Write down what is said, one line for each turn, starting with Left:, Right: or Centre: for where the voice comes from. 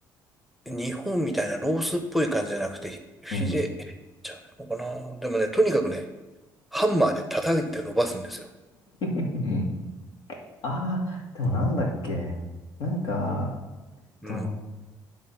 Centre: 日本みたいなロースっぽい感じじゃなくて、フィレじゃないのかな。
Left: うん。
Centre: でもね、とにかくね、ハンマーで叩いて伸ばすんですよ。
Left: <laughs> うんああ、でもなんだっけ。なんか、
Centre: うん
Left: と、